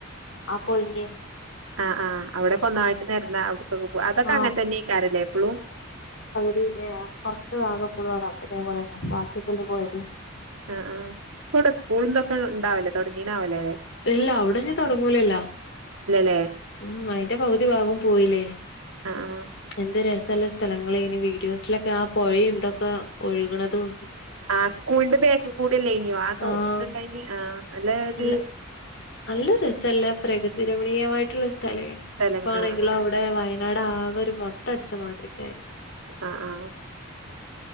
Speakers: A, on the left (about 55°); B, on the right (about 85°).
A: അപ്പോ ഇങ്കെ
B: ആ ആ ആവിടെക്കൊന്നായിട്ട് നേരന്ന അവിടക്കൊക്കെ പോ അതൊക്കെ
A: ആഹ്
B: അങ്ങനെ തന്നെ ഇക്കാരല്ലേ ഇപ്പോഴും
A: പിന്നെ ആ കുറച്ച് ഭാകക്കൊളൊള്ളു അവടെ അതേപോലെ തന്നെ ബാക്കിക്കെല്ലേ പോയത്
B: ആ ആ ഇപ്പോ അവിടെ സ്കൂൾഇന്തൊക്കെ ഉണ്ടാവല്ലേ തുടങ്ങീണ്ടാവിലേല്ലേ
A: ഇല്ല അവിട ഞ്ഞി തുടങ്ങൂലല്ലോ
B: ഇല്ലല്ലേ
A: ഉം അയിന്റെ പകുതി ഭാഗം പോയില്ലേ
B: ആഹ് ആഹ്
A: എന്ത് രസ് പല സ്ഥലങ്ങളെ ഇനി വീഡിയോസിലൊക്കെ ആ പൊഴയും ഇതൊക്ക ഒഴുക്ണതും
B: ആ സ്കൂളിന്റെ ബേക്ക് കൂടല്ലാഇഞ്ഞോ ആ തോ
A: ആഹ്
B: ഇത്ണ്ടായിന് ആ നല്ലഒര്
A: നല്ല നല്ല രസല്ലേ ആ പ്രകൃതി രമണീയമായിട്ടുള്ള സ്ഥലെ ഇപ്പ
B: സ്ഥലം
A: ആണെങ്കിലും
B: ആഹ്
A: അവിടെ വയനാട് ആ അകേ ഒരു മൊട്ടടിച്ച മാതിരിക്കായി
B: ആ ആ